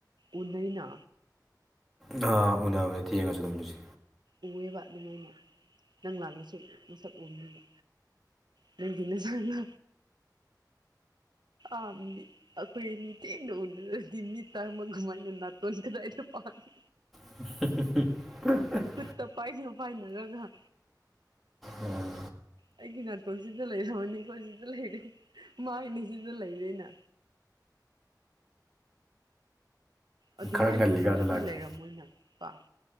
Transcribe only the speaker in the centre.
ꯅꯥ ꯎꯅꯕꯅꯦ ꯊꯦꯡꯉꯁꯨ <inaudible>
<unintelligible>
ꯎꯝ
ꯈꯔ ꯉꯜꯂꯤꯀꯥꯟꯗ
ꯂꯥꯛꯈꯤ